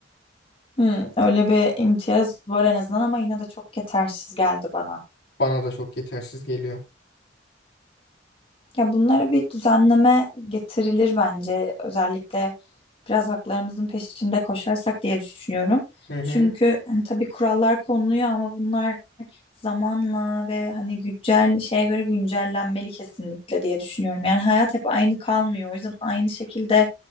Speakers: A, on the left; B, on the left.
A: Hmm, öyle bir imtiyaz var en azından ama yine de çok yetersiz geldi bana.
B: Bana da çok yetersiz geliyor.
A: Ya bunlara bir düzenleme getirilir bence özellikle biraz haklarımızın peşinde koşarsak diye düşünüyorum.
B: Hı
A: Çünkü
B: hı.
A: hani tabii kurallar konuluyor ama bunlar zamanla ve hani güncel şeye göre güncellenmeli kesinlikle diye düşünüyorum. Yani hayat hep aynı kalmıyor. O yüzden aynı şekilde